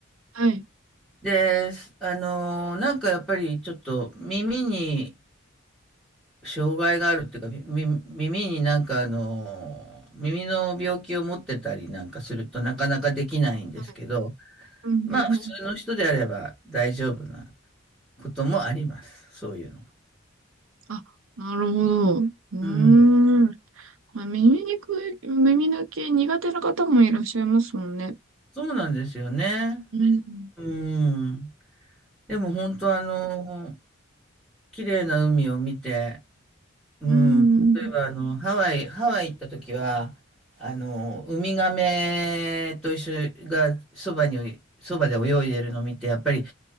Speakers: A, on the right (about 75°); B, in the centre.
A: はい、
B: であのなんかやっぱりちょっと耳に障害があるっていうか、み、み耳になんかあの、耳の病気を持ってたりなんかするとなかなかできないんですけど、
A: はい。うん、
B: まあ普通の人であれば大丈夫な
A: うん、うん。
B: こともあります。そういうの。
A: あ、なるほど。うーん。
B: うん。
A: まあ耳にくい、耳抜き苦手な方もいらっしゃいますもんね。
B: そうなんですよね。
A: うん。
B: うん。でも本当あの、綺麗な海を見て、うん。
A: うん。うん。
B: 例えばあの、ハワイ、ハワイ行った時は、あの、ウミガメと一緒がそばに、そばで泳いでるのを見て、やっぱり